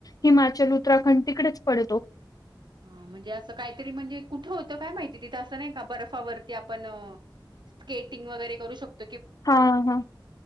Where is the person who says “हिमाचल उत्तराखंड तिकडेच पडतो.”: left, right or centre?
Left